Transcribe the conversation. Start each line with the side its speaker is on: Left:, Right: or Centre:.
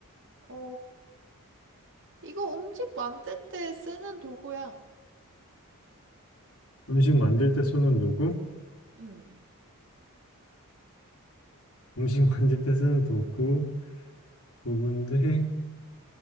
Right: 어, 이거 음식 만들 때 쓰는 도구야.
Left: 음식 만들 때 쓰는 도구?
Right: 응.
Left: 음식 <laughs> 만들 때 쓰는 도구? 도구인데,